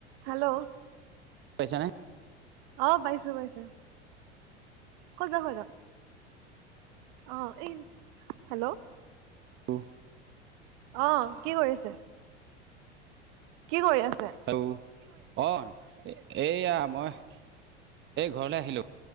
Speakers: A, on the right; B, on the right.
A: Hello.
B: পাইছা নে?
A: অ পাইছো পাইছো। ক যোৱা হয় ৰ অ এই হেল্ল'।
B: উহ
A: অ কি কৰিছে? কি কৰি আছ।
B: আৰু অ এয়া মই। এই ঘৰলৈ আহিলো।